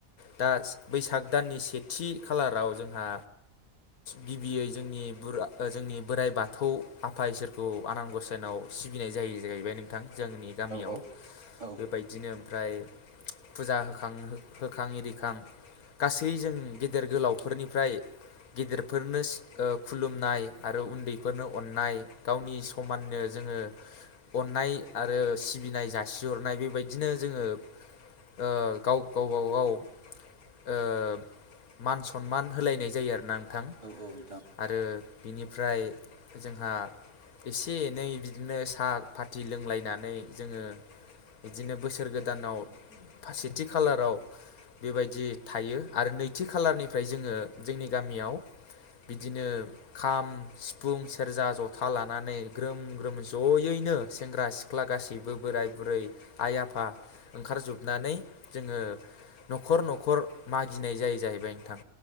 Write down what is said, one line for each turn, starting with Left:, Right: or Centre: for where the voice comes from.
Left: दा बैसाग दाननि सेथि खालाराव जोंहा गिबियै जोंनि गुरु जोंनि बोराइ बाथौ आफा इसोरखौ आनान गसनाव सिबिनाय जायोै जाहैबाय नों थां जोंनि गामियाव
Right: औ औ
Left: बेबायदिनो ओमफ्राय फुजा होखां होखां इरिखां गासै जों गेदेर गोलावफोरनिफ्राय गेदेरफोरनो ओ खुलुमनाय आरो उन्दैफोरनो अननाय गावनि समाननो जोङो अननाय आरो सिबिनाय जासिहरनाय बेबायदिनो जोङो ओ गाव गाव बागाव ओ मान सनमान होलायनाय जायो आरोना थां
Right: औ औ नोंथां
Left: आरो बिनिफ्राय जोंहा एसे एनै बिदिनो साहा फाथि लोंलायनानै जोङो बिदिनो बोसोर गोदानाव बा सेथि खालाराव बेबायदि थायो आरो नैथि खालारनिफ्राय जोङो जोंनि गामियाव बिदिनो खाम सिफुं सेरजा जथा लानानै ग्रोम ग्रोम जयैनो सेंग्रा सिख्ला गासैबो बोराय बुरै आइ आफा ओंखार जोब नानै जोङो न'खर न'खर मागिनाय जायो जाहैबाय नोंथां